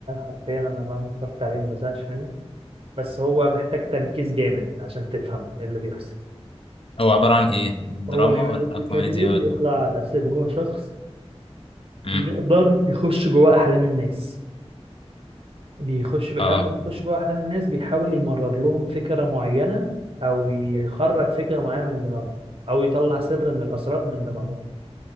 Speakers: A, on the right; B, on the left.
A: حرفيا انا مهما اتفرجت عليه ما بزهقش منه بس هو محتاج تركيز جامد عشان تفهم ايه اللي بيحصل
B: هو عبارة عن ايه دراما
A: هو ليوناردو
B: ولا
A: دي
B: كوميديا
A: كابريو بيطلع
B: ولا
A: على اساس ان هو شخص
B: امم
A: بيقدر يخش جوه احلام الناس بيخش لما
B: اه
A: بيخش جوه احلام الناس بيحاول يمرر لهم فكرة معينة او يخرج فكرة معينة من دماغهم او يطلع سر من الاسرار من دماغهم